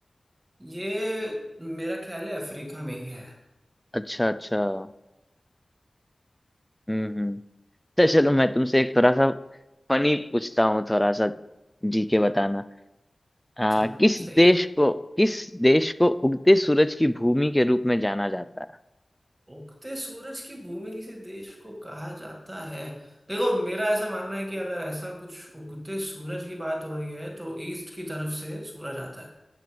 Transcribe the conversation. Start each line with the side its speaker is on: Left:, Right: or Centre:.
Right: ये मेरा ख्याल है अफ्रीका में ही है
Centre: अच्छा अच्छा हम्म हम्म तो चलो मैं तुमसे एक थोड़ा सा फनी पूछता हूँ थोड़ा सा जी के बताना आ,
Right: चलो
Centre: किस
Right: सही
Centre: देश
Right: है
Centre: को किस देश को उगते सूरज की भूमि के रूप में जाना जाता है
Right: उगते सूरज की भूमि किसी देश को कहा जाता है देखो मेरा ऐसा मानना है कि अगर ऐसा कुछ उगते सूरज की बात हो रही है तो ईस्ट की तरफ से सूरज आता है